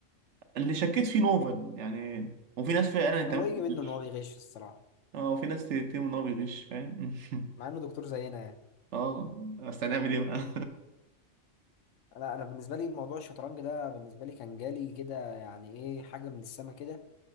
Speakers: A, on the right; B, on the left.
A: اللي شكيت فيه نوفل يعني وفي ناس فعلا انت
B: هو
A: بتغش
B: يجي منه ان هو بيغش الصراحه
A: اه وفي ناس تتهم ان هو بيغش فاهم <laughs>
B: مع انه دكتور زينا يعني
A: اه بس هنعمل ايه بقى <laughs>
B: انا انا بالنسبه لي موضوع الشطرنج ده بالنسبه لي كان جالي كده يعني ايه حاجه من السما كده